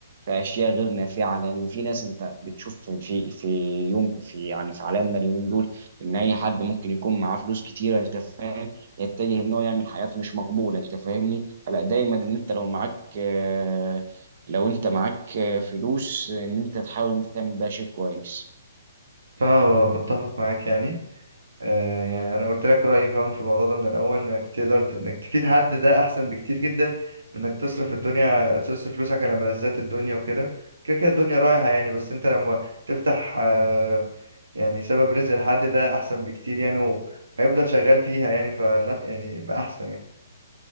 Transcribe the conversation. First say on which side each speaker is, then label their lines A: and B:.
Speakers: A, on the right; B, on the right.
A: في اشياء غير نافعه لان في ناس انت بتشوف في في في يوم في يعني في عالمنا اليومين دول ان اي حد ممكن يكون معاه فلوس كتيره انت فاهم يتجه ان هو يعمل حاجات مش مقبوله انت فاهمني فلا دايما ان انت لو معاك آه، لو انت معاك آه، فلوس ان انت تحاول انت تعمل بيها شيء كويس
B: فبتفق معاك يعني آه، يعني انا قلت لك رايي فاهم في الموضوع ده من الاول انك تقدر ت- انك تفيد حد ده احسن بكتير جدا من انك تصرف الدنيا تصرف فلوسك على ملذات الدنيا وكده كده كده الدنيا رايحه يعني بس انت لما تفتح آه، يعني سبب رزق لحد ده احسن بكتير يعني و- وهيفضل شغال فيها يعني فلا يعني بقى احسن يعني